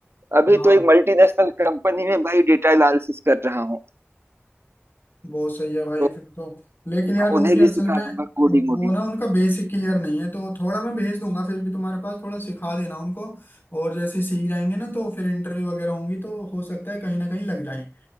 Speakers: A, on the right (about 60°); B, on the left (about 50°).
A: अभी
B: हाँ
A: तो एक मल्टीनेशनल कंपनी में भाई डेटा एनालिसिस कर रहा हूँ
B: बहुत सही है भाई
A: तो
B: फिर तो लेकिन यार उनकी
A: उन्हें
B: असल
A: भी सिखा
B: में
A: दूंगा कोडिंग वोडिंग।
B: वो ना उनका बेसिक क्लियर नहीं है तो थोड़ा मैं भेज दूंगा फिर भी तुम्हारे पास थोड़ा सिखा देना उनको और जैसे ही सीख जाएंगे ना तो फिर इंटरव्यू वगैरह होंगी तो हो सकता है कहीं ना कहीं लग जाए